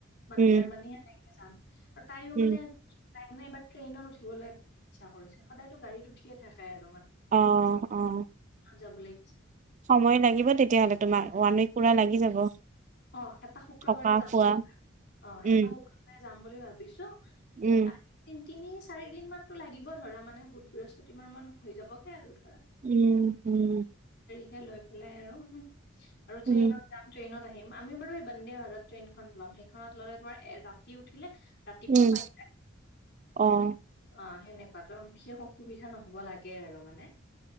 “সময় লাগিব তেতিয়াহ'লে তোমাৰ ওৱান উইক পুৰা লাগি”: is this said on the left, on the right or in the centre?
Right